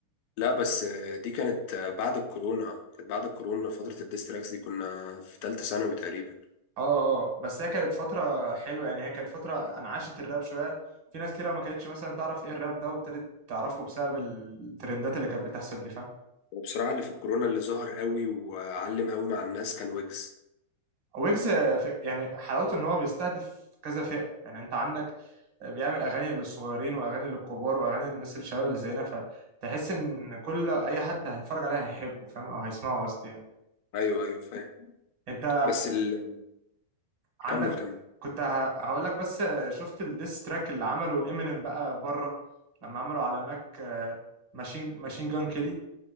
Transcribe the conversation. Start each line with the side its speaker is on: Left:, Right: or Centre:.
Left: لا بس آه، دي كانت آه، بعد الكورونا كانت بعد الكورونا فترة الديستراكس دي كنا في تالتة ثانوي تقريبا
Right: اه اه بس هي كانت فترة حلوة يعني هي كانت فترة انعاشت الراب شوية في ناس كتير ما كانتش مثلا تعرف ايه الراب ده وابتدت تعرفه بسبب الترندات اللي كانت بتحصل دي فاهم
Left: وبصراحة اللي في الكورونا اللي ظهر قوي وعلم قوي مع الناس كان ويجز
Right: ويجز ف- يعني حلاوته ان هو بيستهدف كذا فئة يعني انت عندك بيعمل اغاني للصغيرين واغاني للكبار واغاني للناس الشباب اللي زينا فتحس ان كل اي حد هيتفرج عليها هيحبه فاهم او هيسمعه قصدي يعني
Left: ايوه ايوه فاهم
Right: انت
Left: بس ال...
Right: عندك
Left: كمل كمل
Right: كنت ه- هقول لك بس شفت الديس تراك اللي عمله امينيم بقى بره لما عملوا على ماك ماشين ماشين جان كيلي